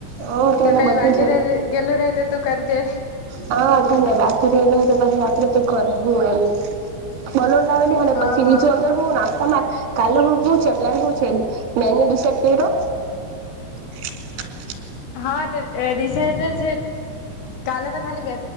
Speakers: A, on the right; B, on the left.
A: હા તેને
B: તો કઈ
A: બધી
B: બાકી
A: જ
B: રહી ગેલું રહે તો તું કરજે.
A: હા તને રાત્ર <unintelligible> આપણે તો કરવું એમ. બલૂન લાવેલી અને
B: હા
A: પછી
B: હા
A: બીજો અંદર હું નાસ્તામાં કાલે શું છે પ્લાન શું છે? મેનુ <unintelligible> કર્યો? <inaudible>
B: હા ડીસાઈડ જ છે, કાલે તો ખાલી બે